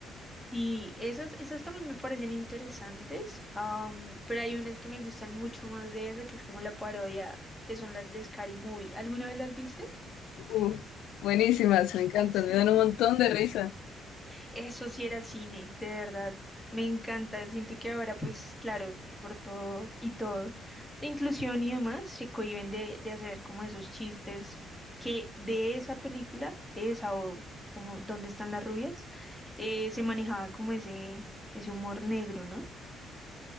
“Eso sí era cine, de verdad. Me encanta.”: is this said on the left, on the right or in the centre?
Centre